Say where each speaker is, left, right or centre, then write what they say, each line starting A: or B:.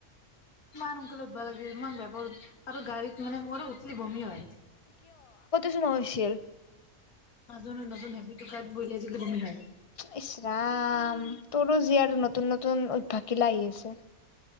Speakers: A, on the left; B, on the left.
A: ইমান অংক উব <unintelligible> লাগিল ইমান বেপৰ আৰু গাড়ীত মানে মোৰ উঠলি বমি হয়
B: চ ন <unintelligible> হৈছিল
A: নাজু নতুন হেবি টোক বলিয়াইছিলে বুমি হয়
B: ইচৰাম তোৰো যীয় আৰু ন নতুন নতুন অভ্যাসীলা আহি আছে